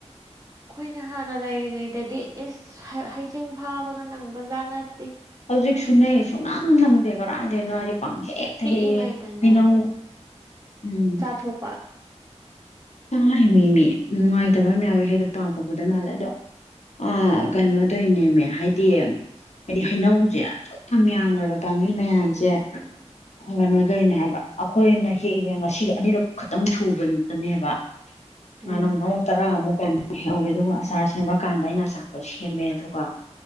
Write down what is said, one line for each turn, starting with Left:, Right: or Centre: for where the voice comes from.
Right: ꯑꯩꯈꯣꯏꯅ ꯍꯥꯟꯅ ꯂꯩꯔꯤꯉꯩꯗꯗꯤ ꯏꯁ ꯍꯩꯖꯤꯡ ꯐꯥꯕꯒ ꯅꯪꯕꯖꯥꯠ ꯅꯠꯇꯦ
Left: ꯍꯧꯖꯤꯛꯁꯨꯅꯦ ꯁꯨꯡꯅꯥꯥꯡ ꯅꯪꯗꯦ <unintelligible> ꯀꯔꯥꯏꯗꯩꯅꯣ ꯍꯥꯏꯗꯤ ꯄꯥꯡ ꯍꯦꯛꯇ
Right: ꯄꯤꯛꯏꯉꯩꯗꯅꯦ
Left: ꯍꯦꯛꯌꯦ ꯍꯩꯅꯧ ꯎꯝ
Right: ꯊꯣꯛꯄ
Left: ꯇꯥꯔꯤ ꯅꯤꯃꯦ ꯅꯨꯡꯉꯥꯏꯇꯕ ꯑꯃ ꯌꯥꯎꯋꯦ ꯍꯥꯏꯗꯣ ꯄꯥꯞꯒ ꯄꯨꯗꯧ ꯃꯥꯜꯂꯦ ꯑꯗꯣ ꯑ ꯀꯩꯅꯣ ꯅꯦꯃꯦ ꯍꯥꯏꯗꯤ ꯍꯥꯏꯗꯤ ꯍꯩꯅꯧꯁꯦ ꯑꯁꯨꯛ ꯌꯥꯝ ꯌꯥꯝꯈ꯭ꯔꯕ ꯄꯥꯝꯕꯤ ꯃꯌꯥꯝꯁꯦ ꯀꯩꯅꯣꯗꯧꯔꯤꯅꯦ ꯍꯥꯏꯕ ꯑꯩꯈꯣꯏꯅ ꯍꯦꯛꯏꯁꯦ ꯉꯁꯤꯒ ꯑꯅꯤꯔꯛ ꯈꯛꯇꯪ ꯁꯨꯕꯅꯦꯕ
Right: ꯎꯝ
Left: ꯅꯍꯥꯟ ꯅꯣꯡ ꯐꯥꯗꯣꯛ ꯇꯔꯥꯃꯨꯛ ꯀꯨꯟꯃꯨꯛ ꯍꯦꯛꯍꯧꯋꯦ ꯑꯗꯨꯒ ꯑꯆꯥꯔ ꯁꯦꯝꯕꯀꯥꯟꯗ ꯑꯩꯅ ꯑꯆꯥꯔꯗꯣ ꯁꯦꯝꯃꯦ ꯑꯗꯨꯒ